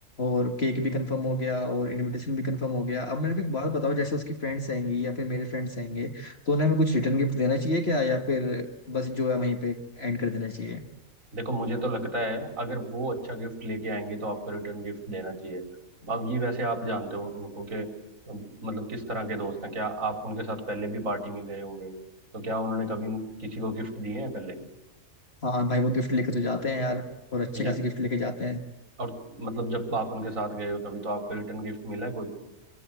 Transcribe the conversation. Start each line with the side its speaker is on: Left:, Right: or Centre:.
Left: और केक भी कंफर्म हो गया और इनविटेशन भी कंफर्म हो गया अब मेरे को एक बात बताओ जैसे उसकी फ्रेंड्स आएंगी या फिर मेरे फ्रेंड्स आएंगे तो उन्हें हमें कुछ रिटर्न गिफ्ट देना चाहिए क्या या फिर बस जो है वहीं पे एंड कर देना चाहिए
Right: देखो मुझे तो लगता है अगर वो अच्छा गिफ्ट लेके आएंगे तो आपको रिटर्न गिफ्ट देना चाहिए अब ये वैसे आप जानते हो उनको कि मतलब किस तरह के दोस्त हैं क्या आप उनके साथ पहले भी पार्टी में गए होंगे तो क्या उन्होंने कभी किसी को गिफ्ट दिए हैं पहले
Left: हाँ भाई वो गिफ्ट लेके तो जाते हैं यार और अच्छे
Right: या
Left: खासे गिफ्ट लेके जाते हैं
Right: और मतलब जब आप उनके साथ गए हो कभी तो आपको रिटर्न गिफ्ट मिला है कोई